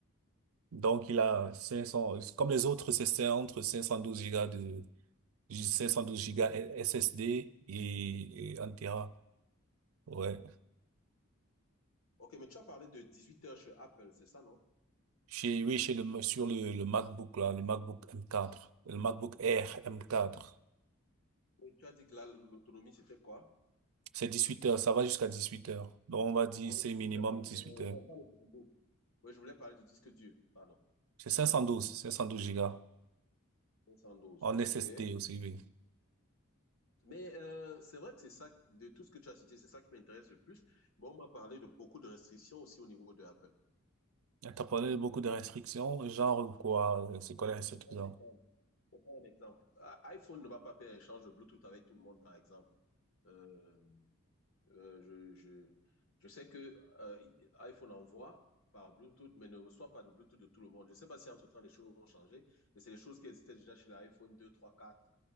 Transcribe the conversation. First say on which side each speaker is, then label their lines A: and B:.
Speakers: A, on the right; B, on the left.
A: Donc, il a 500, comme les autres, c'est c'est entre 512 Go de, 512 gigas SSD et, et 1 Tera. Ouais.
B: OK, mais tu as parlé de 18 heures chez Apple, c'est ça, non?
A: Chez, oui, chez le, sur le, le MacBook, là, le MacBook M4, le MacBook Air
B: Oui.
A: M4.
B: Oui, tu as dit que là, l'autonomie, c'était quoi?
A: C'est 18 heures, ça va jusqu'à 18 heures. Donc, on va dire,
B: Ah
A: c'est
B: oui,
A: minimum
B: huit heures, pardon.
A: 18
B: Euh,
A: heures.
B: non, pas l'autonomie. Oui, je voulais parler du disque dur, pardon.
A: C'est 512, 512 Go
B: 512,
A: en SSD
B: OK.
A: aussi, oui.
B: Mais euh, c'est vrai que c'est ça, de tout ce que tu as cité, c'est ça qui m'intéresse le plus. Bon, on m'a parlé de beaucoup de restrictions aussi au niveau de Apple.
A: T'as parlé de beaucoup de restrictions, genre quoi, euh, c'est quoi
B: Oui,
A: les restrictions?
B: Je te prends un exemple. Je te prends un exemple. Ah, iPhone ne va pas faire échange de Bluetooth avec tout le monde, par exemple. Euh, euh, je, je, je sais que euh, iPhone envoie par Bluetooth, mais ne reçoit pas de Bluetooth de tout le monde. Je ne sais pas si entre-temps les choses ont changé, mais c'est des choses qui existaient déjà chez l'iPhone 2, 3, 4,